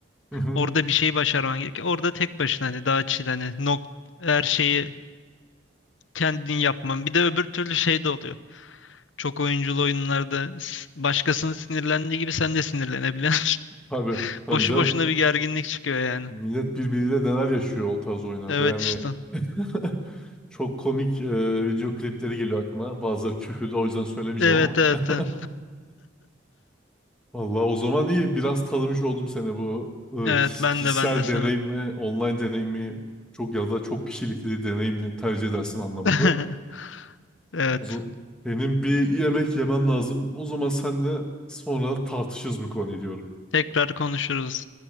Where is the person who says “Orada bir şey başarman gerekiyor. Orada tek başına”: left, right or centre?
Left